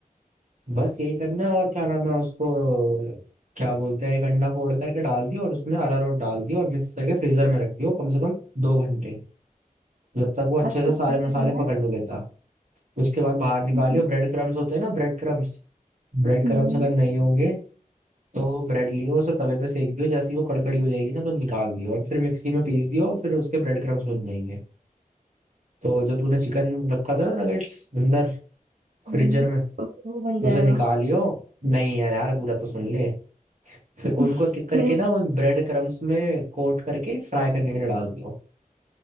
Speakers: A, on the right; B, on the right.
A: बस यही करना है और क्या नाम है उसको क्या बोलते हैं एक अंडा फोड़ करके डाल दियो और उसमें अरारोट डाल दियो और मिक्स करके फ्रीजर में रख दियो कम से कम दो घंटे जब तक वो अच्छे
B: अच्छा
A: से सारे
B: फिर
A: मसाले
B: क्या करना
A: पकड़ने
B: है
A: लेता उसके बाद बाहर निकालियो
B: हम्म।
A: ब्रेड क्रम्स होते हैं ना ब्रेड क्रम्स ब्रेड
B: हम्म
A: क्रम्स अगर नहीं होंगे तो ब्रेड लियो उसे तवे पे सेक दियो जैसे ही वो कड़कड़ी हो जाएगी ना तो निकाल दियो और फिर मिक्सी में पीस दियो और फिर उसके ब्रेड क्रम्स बन जाएंगे तो जो तूने चिकन रखा था ना नगेट्स अंदर
B: हम्म
A: फ्रीजर में
B: ओके वो बन जाएगा
A: उसे निकालियो नहीं यार यार पूरा तो सुन ले फिर
B: <laughs>
A: उनको किक करके
B: फिर
A: ना वो ब्रेड क्रम्स में कोट करके फ्राई करने के लिए डाल दियो